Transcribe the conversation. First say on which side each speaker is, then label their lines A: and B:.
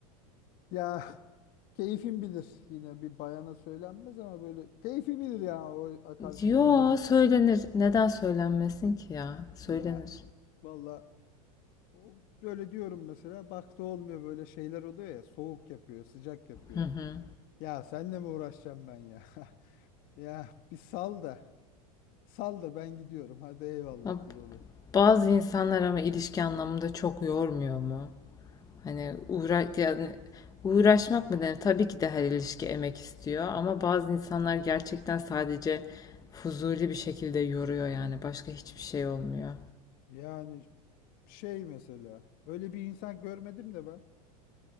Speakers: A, on the left; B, on the left.
A: Ya <laughs> keyfim bilir yine bir bayana söylenmez ama böyle keyfi bilir ya o karşıdaki
B: Yo
A: bayan.
B: söylenir. Neden söylenmesin ki ya? Söylenir.
A: Ya valla o- böyle diyorum mesela bak da olmuyor böyle şeyler oluyor ya soğuk yapıyor sıcak yapıyor.
B: Hı hı.
A: Ya senle mi uğraşacağım ben ya? <laughs> Ya bir sal da sal da ben gidiyorum hadi eyvallah
B: Ama
A: gibi oluyor.
B: Bazı insanlar ama ilişki anlamında çok yormuyor mu? Hani uğra yani uğraşmak mı denir? Tabii ki de her ilişki emek istiyor ama bazı insanlar gerçekten sadece fuzuli bir şekilde yoruyor yani. Başka hiçbir şey olmuyor.
A: Yani şey mesela öyle bir insan görmedim de ben.